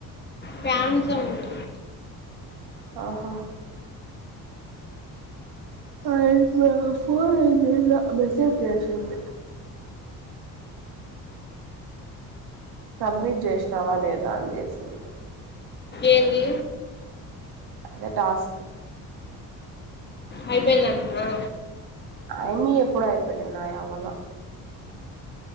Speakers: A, on the left (about 25°); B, on the right (about 75°).
A: ఫ్యాన్ సౌండు
B: ఆహా ఆయమ్మ ఫోన్ ఏం చెయ్లా మెసేజ్ చేసింది సబ్మిట్ చేసినావా లేదా అని చేసింది
A: ఏంది
B: అదే టాస్క్
A: అయిపోయిందంటనా
B: అయిమ్మి వి ఎప్పుడో అయిపోయినాయి నావి అవల